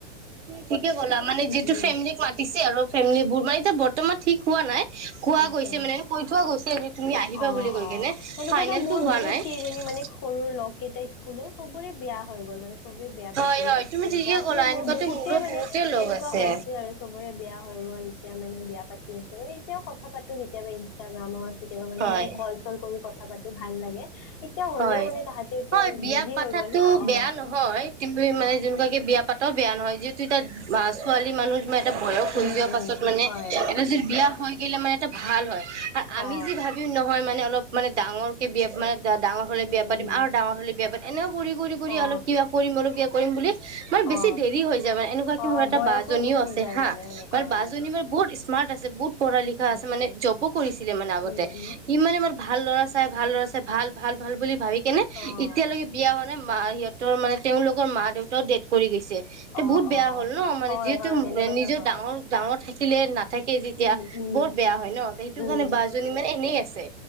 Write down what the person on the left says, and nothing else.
উম
আচ্ছা
অ
অ
সেনেকুৱাতো
মোৰ
বহুত
কেইজনী মানে সৰুৰ লগ কেইটা স্কুলৰ সবোৰে বেয়া হৈ গ'ল মানে চবে বিয়া পাতিলে,
তেনেকুৱা
আছে
মোৰ বহুতে
মানে
এনেকুৱা
হৈছে আৰু চবৰে বেয়া হৈ ৰ', এতিয়া মানে বিয়া তাকে তুমি এতিয়াও কথা পাতো কেতিয়াবা ইনষ্টাগ্ৰামত কেতিয়াবা মানে
স কল চল কৰি। কথা পাতো ভাল লাগে। এতিয়া হ'লেও
মানে তাহাঁতে এতিয়া
বিজি
হৈ গ'ল ন
অ
অ
উম
উম
হয়
অ
উম
উম
অ
অ
অ
বয়সো
গুচি
যায়
মানে সেনেকুৱা
হ'লে
আচ্ছা
উম উম।
অ',
অ',
অ',
হয়
হয় সেনেকুৱাতো
হয়।
উম উম।
উম,